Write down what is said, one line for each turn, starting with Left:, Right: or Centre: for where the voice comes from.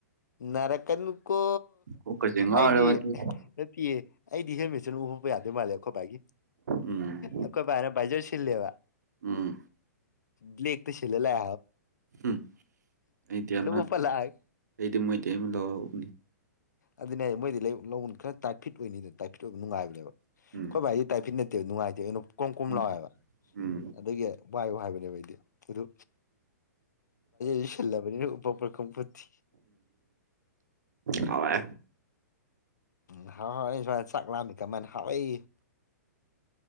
Left: ꯅꯔꯀ ꯀꯣ
Right: ꯀꯣꯛꯀꯁꯦ ꯉꯥꯎꯔꯕꯅꯤ
Left: ꯑꯩꯗꯤ ꯅꯠꯇꯦ ꯑꯩꯗꯤ ꯍꯦꯃꯦꯠꯁꯤꯅ ꯎꯍꯄ ꯌꯥꯗꯣꯏ ꯃꯥꯜꯂꯦ ꯈꯣ ꯕꯥꯒꯤ
Right: ꯎꯝ
Left: ꯑꯩꯈꯣꯏ ꯄꯥꯏꯅ ꯄꯖꯔꯁꯤꯜ ꯂꯩꯦꯕ
Right: ꯎꯝ
Left: ꯕ꯭ꯂꯦꯦꯛ ꯇ ꯁꯤꯦꯂ ꯂ
Right: ꯎꯝ ꯑꯩꯗꯤ ꯑꯃ
Left: ꯎꯞꯄ ꯂꯥꯛꯑꯦ
Right: ꯑꯩꯗꯤ ꯃꯣꯏꯇꯩ ꯑꯃ ꯂꯧꯔꯕꯅꯤ
Left: ꯑꯗꯨꯅꯦ ꯃꯣꯏꯗꯤ ꯂꯧꯣꯟ ꯈꯔ ꯇꯥꯏꯐꯤꯠ ꯑꯣꯏꯅꯤꯅ ꯇꯥꯏꯐꯤꯠ ꯑꯣꯏꯕ ꯅꯨꯡꯉꯥꯏꯕꯅꯦꯕ ꯑꯩ
Right: ꯎꯝ
Left: ꯍꯣꯏ ꯚꯥꯏꯁꯗꯤ ꯇꯥꯏꯐꯤꯠꯅ ꯂꯩꯇꯦ ꯅꯨꯡꯉꯥꯏꯇꯦ ꯑꯗꯨꯩꯅꯣ ꯀꯝ ꯀꯝ
Right: ꯎꯝ
Left: ꯂꯥꯎꯋꯦꯕ
Right: ꯎꯝ ꯎꯝ
Left: ꯑꯗꯨꯒꯤ ꯚꯏꯌꯨ ꯍꯥꯏꯕꯅꯦꯕ ꯑꯩꯗꯤ ꯑꯗꯨ ꯖꯁꯂꯕꯅꯤꯄꯔ ꯀꯝꯄꯠꯇ
Right: ꯍ
Left: ꯎꯝ ꯍꯥꯎ ꯍꯥꯎ ꯁ ꯆꯥꯛꯂꯑꯃꯤ ꯀꯃꯥꯏꯅ ꯍꯥꯎꯏ